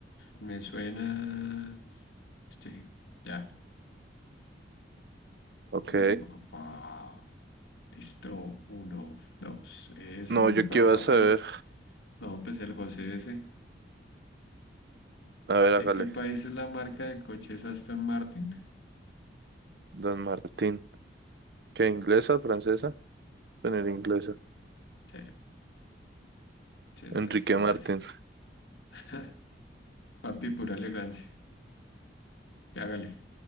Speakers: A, on the left; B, on the right.
A: Me suena. Sí, ya.
B: ok.
A: Dale un poco. Pa. Listo. Uno, dos. Eso,
B: No,
A: mi
B: yo
A: fafa.
B: qué iba a saber.
A: Ay. No, pues el José ese.
B: A ver,
A: ¿De
B: hágale.
A: qué país es la marca de coches Aston Martin?
B: Don Martín. ¿Qué, inglesa, francesa? Poner inglesa.
A: Sí, sí, esa
B: Enrique
A: es inglesa.
B: Martín.
A: <laughs> Papi, pura elegancia. Ya, hágale.